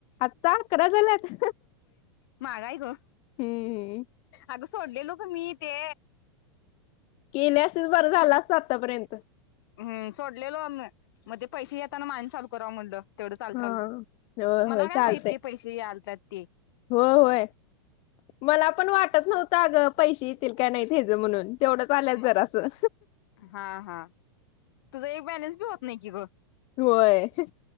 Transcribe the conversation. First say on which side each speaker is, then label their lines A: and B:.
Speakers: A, on the left; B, on the left.
A: आता अकरा झाल्यात.
B: मागाय ग..
A: हम्म
B: अग सोडलेले पण मी. ते
A: केली असतीस बरं झालं असतं आता पर्यंत?
B: हम सोडलेलो म ते पैसे येताना म आणि चालू कराव म्हणलं? तेवढं चालत्याल
A: हा होय होय
B: मला
A: चालतंय
B: काय माहिती पैसेही आलत्यात?
A: होय होय मला पण वाटत नव्हतं, अगं पैसे येतील का नाहीत हेच म्हणून? तेवढंच आल्यात
B: म
A: जरासं
B: हा हा तुझं एक बॅलेन्स बी होत नाही की गं.
A: होय.